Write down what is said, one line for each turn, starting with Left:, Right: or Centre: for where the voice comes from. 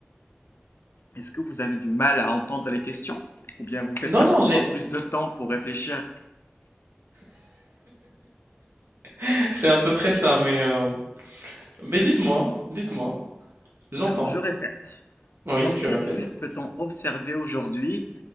Left: Est-ce que vous avez du mal à entendre les questions? Ou bien vous faites
Right: Non,
Left: ça
Right: non,
Left: pour
Right: j'ai...
Left: avoir plus de temps pour réfléchir?
Right: <laughs> C'est à peu près ça, mais... euh, Mais dites-moi, dites-moi. J'entends.
Left: Alors, je répète.
Right: Oui,
Left: Dans
Right: tu
Left: quelle
Right: répètes.
Left: ville peut-on observer aujourd'hui